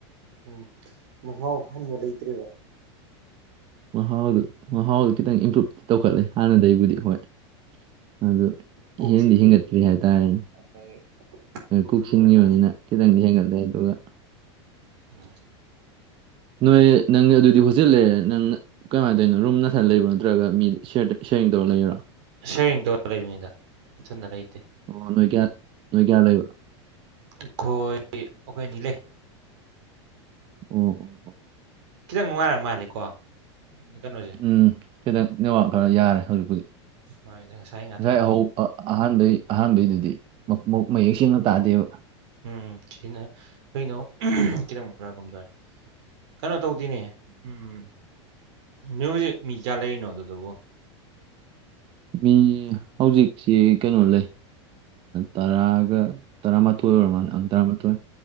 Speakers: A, on the right; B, on the right.
A: ꯎꯝ ꯃꯍꯥꯎ ꯍꯟꯕ ꯂꯩꯇ꯭ꯔꯦꯕ
B: ꯃꯍꯥꯎꯗꯨ ꯃꯍꯥꯎꯗꯨ ꯈꯤꯇꯪ ꯏꯝꯄ꯭ꯔꯨꯞ ꯇꯧꯈꯠꯂꯦ ꯍꯥꯟꯅꯗꯒꯤꯕꯨꯗꯤ ꯍꯣꯏ ꯑꯗꯨ
A: ꯀꯣꯛ
B: ꯍꯦꯟꯗꯤ
A: ꯁꯤꯟꯈꯤꯕꯗꯒꯤ
B: ꯍꯦꯟꯒꯠꯇ꯭ꯔꯤ ꯍꯥꯏꯇꯥꯔꯦꯅꯦ
A: ꯑꯩꯈꯣꯏ
B: ꯀꯣꯛꯁꯤꯟꯈꯤꯕꯅꯤꯅ
A: ꯕ꯭ꯔꯣꯅ
B: ꯈꯤꯇꯪꯗꯤ ꯍꯦꯟꯒꯠꯂꯦ ꯑꯗꯨꯒ <inaudible>
A: ꯎꯝ
B: ꯅꯣꯏ ꯅꯪ ꯑꯗꯨꯗꯤ ꯍꯣꯁꯇꯦꯜ ꯂꯩꯔꯦ ꯅꯪ ꯀꯃꯥꯏ ꯇꯧꯅꯣ ꯔꯨꯝ ꯅꯊꯟ ꯂꯩꯕ꯭ꯔꯣ ꯅꯠꯇ꯭ꯔꯒ ꯃꯤ ꯁꯦꯔꯤꯡ ꯇꯧꯔꯒ ꯂꯩꯕꯔꯣ
A: ꯁꯦꯔꯤꯡ ꯇꯧꯔ ꯂꯩꯕꯅꯤꯗ ꯏꯊꯟꯗ ꯂꯩꯇꯦ
B: ꯑꯣ ꯅꯣꯏ ꯀꯌꯥ ꯅꯣꯏ ꯀꯌꯥ ꯂꯩꯕ
A: ꯑꯩꯈꯣꯏ ꯑꯩꯈꯣꯏ ꯑꯅꯤ ꯂꯩ
B: ꯑꯣ ꯑꯣ
A: ꯈꯤꯇꯪ ꯅꯨꯡꯉꯥꯏꯔ ꯃꯥꯜꯂꯦꯀꯣ ꯀꯩꯅꯣꯁꯦ
B: ꯎꯝ ꯈꯤꯇꯪ ꯅꯦꯠꯋꯥꯛ ꯀꯥꯔ ꯌꯥꯔꯦ ꯍꯧꯖꯤꯛꯄꯨꯗꯤ
A: ꯉꯁꯥꯏ ꯉꯥꯛꯇꯪ
B: ꯉꯁꯥꯏ ꯑꯍꯧ ꯑ ꯑꯍꯥꯟꯕꯩ ꯑꯍꯥꯟꯕꯩꯗꯨꯗꯤ ꯃꯌꯦꯛ ꯁꯦꯡꯅ ꯇꯥꯗꯦꯕ
A: ꯎꯝ ꯁꯤꯅ ꯀꯩꯅꯣ ꯈꯤꯇꯪ ꯐꯔꯒꯨꯝ ꯇꯧꯏ ꯀꯩꯅꯣ ꯇꯧꯗꯦꯅꯦ ꯎꯝ ꯅꯣꯏ ꯍꯧꯖꯤꯛ ꯃꯤ ꯀꯌꯥ ꯂꯩꯔꯤꯅꯣ ꯑꯗꯨꯗꯕꯣ
B: ꯃꯤ ꯍꯧꯖꯤꯛꯁꯤ ꯀꯩꯅꯣ ꯂꯩ ꯇꯔꯥꯒ ꯇꯔꯥꯃꯥꯊꯣꯏ ꯑꯣꯏꯔ ꯃꯥꯜꯂꯪ ꯇꯔꯥꯃꯥꯊꯣꯏ